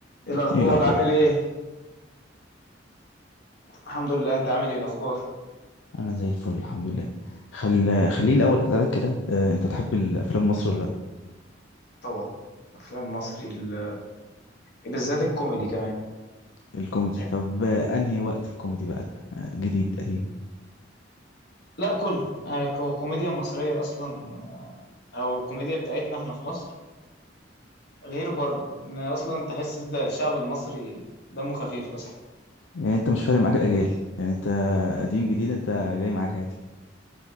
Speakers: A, on the left; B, on the left.
A: إيه الاخبار
B: ايه الاخبار
A: عامل ايه الحمد لله انت عامل ايه الاخبار
B: انا زي الفل الحمد لله خل... خليني الاول اسالك كده آه، انت بتحب الافلام مصر ولا لا
A: طبعا افلام مصري ال- إيه بالذات الكوميدي كمان
B: الكوميدي
A: أيوة.
B: طب آه، انهي وقت في الكوميدي بقى آه، جديد قديم
A: لا كله يعني كو- الكوميديا المصريه اصلا آه، او الكوميديا بتاعتنا احنا في مصر غير بره ان اصلا تحس ده الشعب المصري دمه خفيف اصلا
B: يعني انت مش فارق معاك الاجيال يعني انت قديم جديد انت جاي معاك عادي